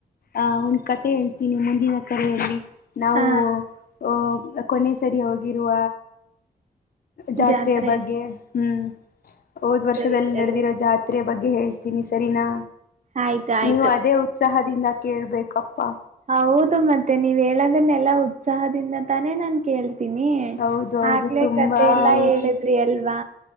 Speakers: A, on the left; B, on the right.
A: ಅಹ ಒಂದ್ ಕತೆ ಹೇಳ್ತೀನಿ ಮುಂದಿನ ಕರೆಯಲ್ಲಿ ನಾವು
B: ಹಾ
A: ಅಹ ಕೊನೆ ಸರಿ ಹೋಗಿರುವ ಜಾತ್ರೆಯ
B: ಜಾತ್ರೆ
A: ಬಗ್ಗೆ ಹ್ಮ್ ಹೋದ್ ವರ್ಷದಲ್ಲಿ
B: ಸರಿ ಸರಿ
A: ನಡೆದಿರೋ ಜಾತ್ರೆಯ ಬಗ್ಗೆ ಹೇಳ್ತಿ ಸರಿನಾ
B: ಆಯ್ತು ಆಯ್ತು
A: ನೀವು ಅದೇ ಉತ್ಸಾಹದಿಂದ ಕೇಳ್ಬೇಕಪ್ಪಾ
B: ಹೌದು ಮತ್ತೆ ನೀವ್ ಹೇಳೋದನ್ನೆಲ್ಲಾ ಉತ್ಸಾಹದಿಂದ ತಾನೇ ನಾನ್ ಕೇಳ ನಿ
A: ಹೌದು ಹೌದು
B: ಹಕ್ಲೆ
A: ತುಂಬಾ
B: ಕತೆೆ ಎಲ್ಲಾ ಹೇಳಿದ್ರಿ
A: ಉತ್ಸ
B: ಅಲ್ವಾ